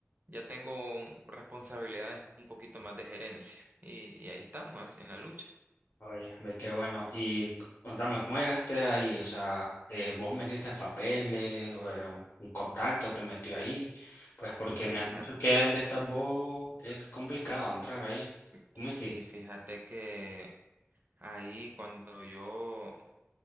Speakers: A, on the right; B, on the left.
A: ya tengo un- responsabilidades un poquito más de gerencia y, y ahí estamos en la lucha.
B: Oye, ve qué bueno. Y contame, ¿cómo llegaste ahí? O sea, eh, ¿vos metiste papeles o eh, un un contacto te metió ahí? Pues porque me
A: Fíjate,
B: han dicho que donde estás vos es complicado entrar ahí. ¿Cómo
A: sí,
B: hiciste?
A: fíjate que ahí cuando yo,